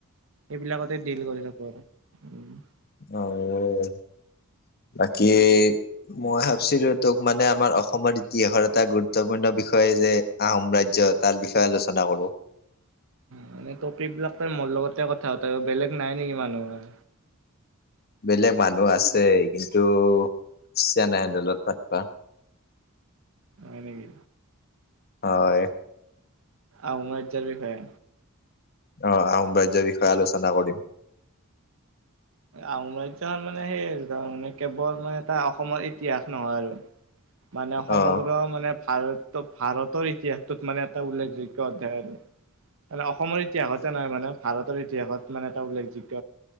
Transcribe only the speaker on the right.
এইবিলাকতে ডিল কৰি থাকো আৰু উম।
মানে টপিক বিলাক তাৰ মোৰ লগতে কথা তয় বেলেগ নাই নেকি মানুহ আৰ
হয় নকি?
আহোম ৰাজ্যৰ বিষয়ে
আহোম ৰাজ্যখন মানে সেই ধৰ কেৱল মানে তাৰ অসমৰ ইতিহাস নহয় আৰু। মানে সমগ্ৰ
মানে ভাৰত- ভাৰতৰ ইতিহাসটোত মানে এটা উল্লেখযোগ্য অধ্যায় আৰু। মানে অসমৰ ইতিহাসতে নাই মানে ভাৰতৰ ইতিহাসত মানে এটা উল্লেখযোগ্য